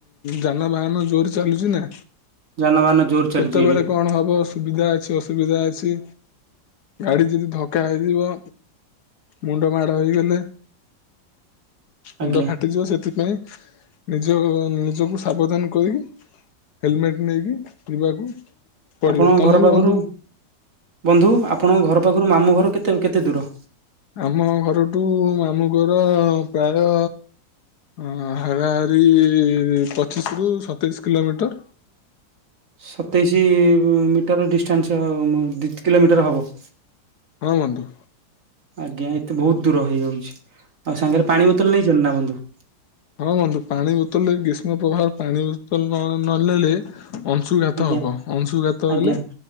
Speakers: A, on the left; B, on the right.
A: ଯାନବାହାନ ଜୋର ଚାଲୁଛି ନା।
B: ଯାନବାହାନ ଜୋର ଚାଲିଛି
A: କେତେବେଳେ
B: ଏବେ
A: କଣ ହବ ସୁବିଧା ଅଛି ଅସୁବିଧା ଅଛି ଗାଡି ଯଦି ଧକ୍କା ହେଇଯିବ। ମୁଣ୍ଡ ମାଡ ହେଇଗଲେ
B: ଆଜ୍ଞା।
A: ମୁଣ୍ଡ ଫାଟ କଟିଯିବ ସେଥିପାଇଁ ନିଜ ନିଜକୁ ସାବଧାନ କରିକି। ହେଲମେଟ ନେଇକି ପିଇିବାକୁ ପଡିବ
B: ଆପଣଙ୍କ
A: ତମେ
B: ଘର
A: ବି
B: ପାଖରୁ
A: ବନ୍ଧୁ
B: ବନ୍ଧୁ ଆପଣଙ୍କ ଘର ପାଖରୁ ମାମୁଁ ଘର କେତେ କେତେ ଦୂର?
A: ଆମ ଘରଠୁ ମାମୁ ଘର ପ୍ରାୟ ହ ହାରାହାରି ପଚିଶ ରରୁ ସତେଇଶ କିଲୋମିଟର।
B: ସତେଇଶ ମିଟର ଡିଷ୍ଟାନ୍ସ କିଲୋମିଟର ହବ।
A: ହଁ ବନ୍ଧୁ।
B: ଆଜ୍ଞା ଏତେ ବହୁତ ଦୂର ହେଇଯାଉଛି ଆଉ ସାଙ୍ଗରେ ପାଣି ବୋତଲ ନେଇଛନ୍ତି ନା ବନ୍ଧୁ?
A: ହ ବନ୍ଧୁ ପାଣି ବୋତଲରେ ଗ୍ରୀଷ୍ମ ପ୍ରଭାର ପାଣି ବୋତଲ ନ ନେଲେ। ଅଂଶୁଘାତ
B: ଆଜ୍ଞା
A: ହବ ଅଂଶୁଘାତ
B: ଆଜ୍ଞା
A: ହେଲେ